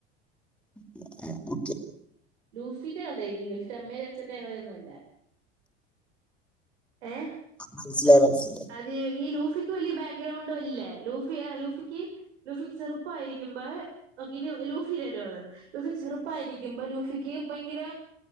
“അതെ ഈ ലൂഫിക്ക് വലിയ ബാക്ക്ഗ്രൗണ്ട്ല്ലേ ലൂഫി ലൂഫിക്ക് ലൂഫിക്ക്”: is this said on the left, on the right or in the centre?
Right